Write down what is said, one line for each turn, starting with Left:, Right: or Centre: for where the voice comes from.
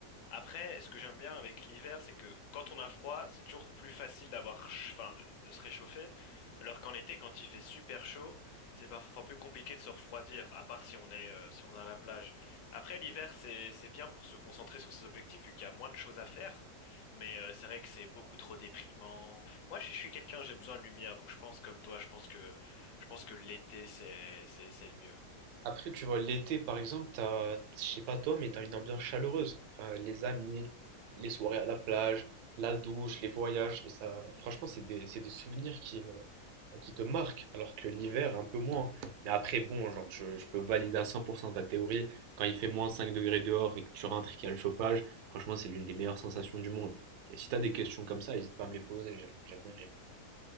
Left: Après, ce que j'aime bien avec l'hiver, c'est que quand on a froid, c'est toujours plus facile d'avoir, ch- enfin, de, de se réchauffer. Alors qu'en été, quand il fait super chaud, c'est parfois plus compliqué de se refroidir, à part si on est, euh, si on est à la plage. Après, l'hiver, c'est, c'est bien pour se concentrer sur ses objectifs, vu qu'il y a moins de choses à faire. Mais euh, c'est vrai que c'est beaucoup trop déprimant. Moi, je, je suis quelqu'un, j'ai besoin de lumière, donc je pense comme toi, je pense que, je pense que l'été, c'est, c'est, c'est le mieux.
Right: Après, tu vois, l'été, par exemple, t'as, je sais pas toi, mais t'as une ambiance chaleureuse. Enfin, les amis, les soirées à la plage, la douche, les voyages, et ça, franchement, c'est des, c'est des souvenirs qui, euh, qui te marquent, alors que l'hiver, un peu moins. Mais après, bon, genre, je, je peux valider à 100% ta théorie. Quand il fait moins 5 degrés dehors et que tu rentres et qu'il y a le chauffage, franchement, c'est l'une des meilleures sensations du monde. Et si t'as des questions comme ça, n'hésite pas à me les poser, j'aime, j'aime bien y répondre.